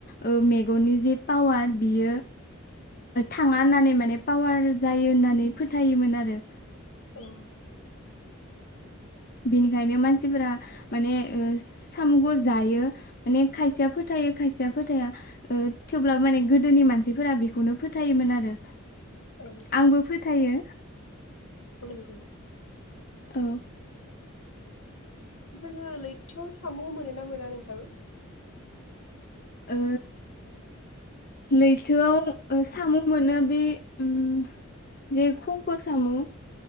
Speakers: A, on the left; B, on the left.
A: ओ मेगननि जे पावार बियो थाङा होननानै माने पावार जायो होननानै फोथायोमोन आरो।
B: औ
A: बेनिखायनो मानसिफोरा माने ओ-सामुखौ जायो माने खायसेया फोथायो खायसेया फोथाया। ओ थेवब्लाबो माने गोदोनि मानसि सिफोरा बेखौनो फोथायोमोन आरो।
B: औ
A: आंबो फोथायो।
B: नंगौ
A: औ
B: जोङो लैथोआव साम मोनोना मोना नोंथां?
A: ओ लैथोआव ओ-सामु मोनो बे उम जे खंख सामु।